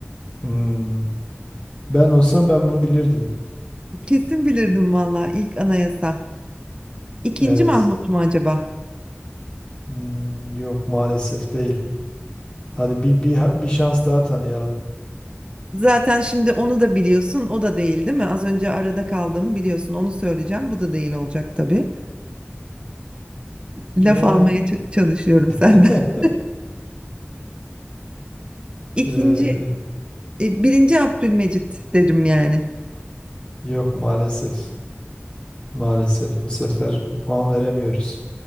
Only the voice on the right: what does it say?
Kesin bilirdim valla ilk anayasa. İkinci
Mahmut mu acaba?
Zaten şimdi onu da biliyorsun. O da değil, değil mi? Az önce arada kaldım biliyorsun. Onu söyleyeceğim. Bu da değil olacak tabii.
laf almaya ç- çalışıyorum
senden. <laughs> İkinci,
e, birinci Abdülmecit derim yani.